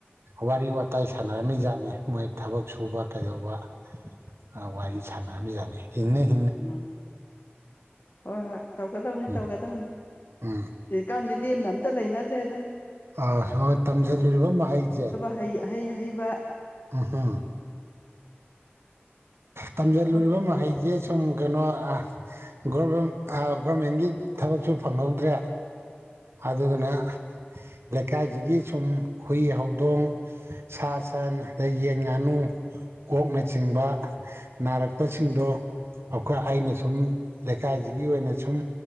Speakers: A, on the right; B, on the left.
A: ꯋꯥꯔꯤ ꯋꯥꯇꯥꯏ ꯁꯥꯟꯅꯔꯝꯃꯤ ꯖꯥꯠꯅꯤ ꯃꯣꯏ ꯊꯕꯛ ꯁꯨꯕ ꯀꯩꯗꯧꯕ ꯋꯥꯔꯤ ꯁꯥꯟꯅꯔꯝ ꯌꯥꯅꯤ ꯍꯤꯡꯅ ꯍꯤꯡꯅ
B: ꯎꯝ ꯍꯣꯏ ꯍꯣꯏ ꯇꯧꯒꯗꯧꯅꯤ
A: ꯎꯝ
B: ꯇꯧꯒꯗꯧꯅꯤ
A: ꯎꯝ
B: ꯍꯧꯀꯥꯟꯗꯤ ꯂꯦꯝꯅ ꯑꯝꯇ ꯂꯩꯅꯗ꯭ꯔꯦꯗ
A: ꯑ ꯍꯣꯏ ꯇꯝꯁꯤꯜꯂꯨꯔꯤꯕ ꯃꯍꯩꯁꯦ
B: ꯐꯩ ꯑꯍꯩ ꯑꯍꯩꯕ
A: ꯑꯍꯥ ꯇꯝꯖꯜꯂꯨꯔꯤꯕ
B: ꯊꯕꯛꯁꯤꯡꯁꯦ
A: ꯃꯍꯩꯁꯦ ꯁꯨꯝ ꯀꯩꯅꯣ ꯑꯥ ꯒꯣꯔꯃꯦꯟ ꯒꯣꯔꯃꯦꯟꯒꯤ ꯊꯕꯛꯁꯨ ꯐꯪꯍꯧꯗ꯭ꯔꯦ ꯑꯗꯨꯗꯨꯅ ꯂꯩꯀꯥꯏꯁꯤꯒꯤ ꯁꯨꯝ ꯍꯨꯏ ꯍꯧꯗꯣꯡ ꯁꯥ ꯁꯟ ꯑꯗꯩ ꯌꯦꯟ ꯉꯥꯅꯨ ꯑꯣꯛꯅꯆꯤꯡꯕ ꯅꯥꯔꯛꯄꯁꯤꯡꯗꯣ ꯑꯧꯀ ꯑꯩꯅ ꯁꯨꯝ ꯂꯩꯀꯥꯏꯁꯤꯒꯤ ꯑꯣꯏꯅ ꯁꯨꯝ